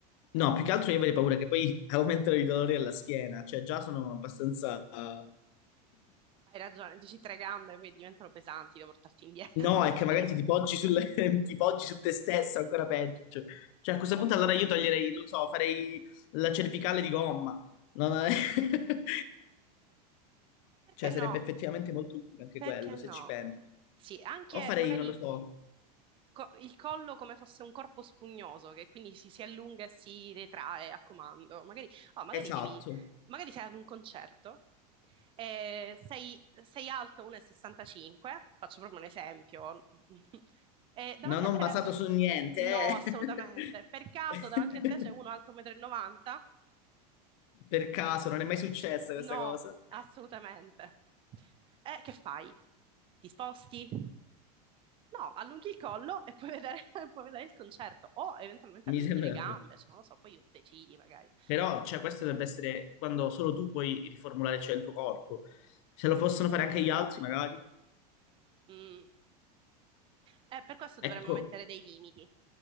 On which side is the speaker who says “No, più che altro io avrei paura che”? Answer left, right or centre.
Left